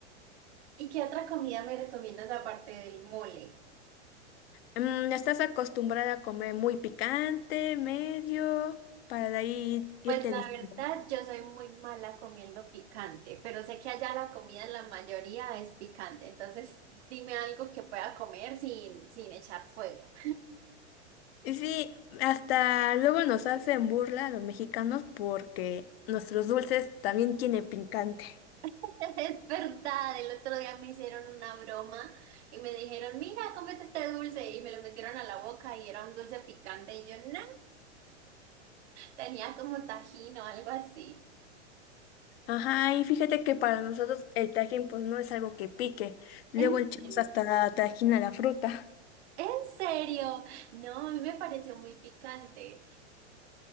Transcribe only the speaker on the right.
¿Y qué otra comida me recomiendas aparte del mole?
Pues la
verdad, yo soy muy mala comiendo picante, pero sé que allá la comida en la mayoría es picante, entonces dime algo que pueda comer sin, sin echar fuego.
<laughs> Es verdad, el otro día me hicieron una broma y me dijeron, mira, cómete este dulce y me lo metieron a la boca y era un dulce picante y yo, no, tenía como tajín o algo así.
¿En
serio?
¿En serio? No, a mí me pareció muy picante.